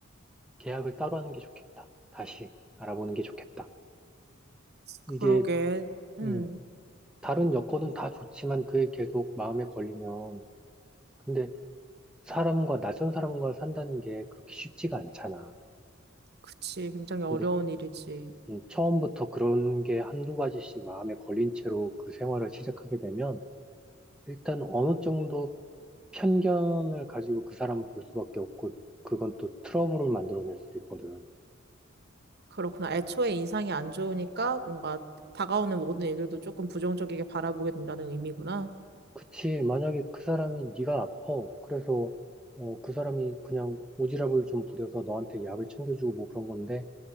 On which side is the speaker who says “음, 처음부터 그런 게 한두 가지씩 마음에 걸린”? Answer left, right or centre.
Centre